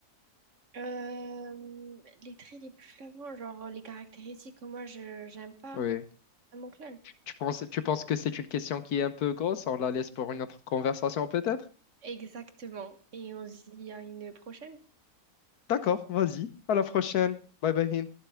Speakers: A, on the right (about 55°); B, on the left (about 80°).
A: euh, les traits les plus flagrants, genre les caractéristiques que moi, je j'aime pas
B: Oui.
A: à mon clone.
B: Tu penses, tu penses que c'est une question qui est un peu grosse? On la laisse pour une autre conversation peut-être?
A: Exactement. Et on se dit à une prochaine.
B: D'accord, vas-y. À la prochaine. Bye bye, Hind.